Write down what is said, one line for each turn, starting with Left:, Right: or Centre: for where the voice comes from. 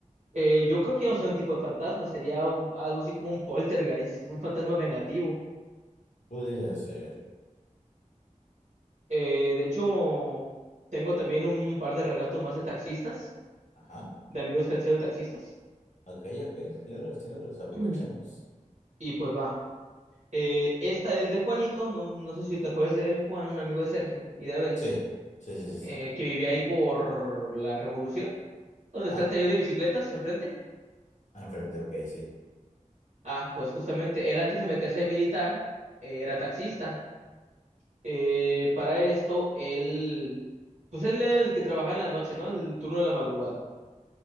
Right: Eh, yo creo que no sería un tipo de fantasma, sería un- algo así como un poltergeist, un fantasma vengativo.
Left: Podría ser.
Right: Eh, de hecho, tengo también un par de relatos más de taxistas,
Left: Ajá.
Right: de amigos que han sido taxistas.
Left: Ok, ok. Tíralos, tíralos, aprovechemos.
Right: <clears throat> Y pues va. Eh, esta es de Juanito, no, no sé si te acuerdas de él, Juan, un amigo de Sergio y de Abel,
Left: Sí, sí, sí, sí,
Right: eh,
Left: sí.
Right: que vivía ahí por la Revolución, donde
Left: Ah,
Right: está el taller de bicicletas enfrente.
Left: enfrente, ok, sí.
Right: Ah, pues justamente, él antes de meterse a militar, eh, era taxista. Eh, para esto, él, pues él era el que trabajaba en la noche, ¿no? El turno de la madrugada,